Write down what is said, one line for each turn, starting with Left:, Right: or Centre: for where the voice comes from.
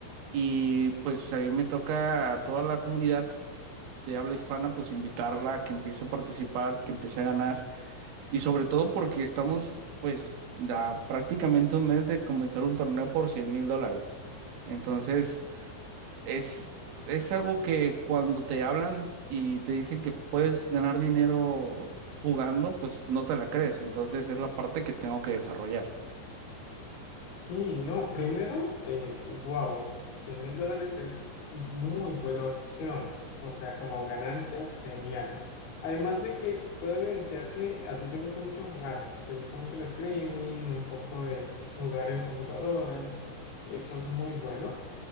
Right: y pues a mí me toca a toda la comunidad de habla hispana, pues invitarla a que empiece a participar, que empiece a ganar. Y sobre todo porque estamos pues a prácticamente un mes de comenzar un torneo por cien mil dólares. Entonces, es, es algo que cuando te hablan y te dicen que puedes ganar dinero jugando, pues no te la crees. Entonces, es la parte que tengo que desarrollar.
Left: Sí, no, primero, eh, wow, cien mil dólares es muy buena opción, o sea, como ganancia, genial. Además de que puede evidenciar que a ti te gusta mucho jugar, te gusta mucho el streaming, un poco de jugar en computadoras, eso es muy bueno.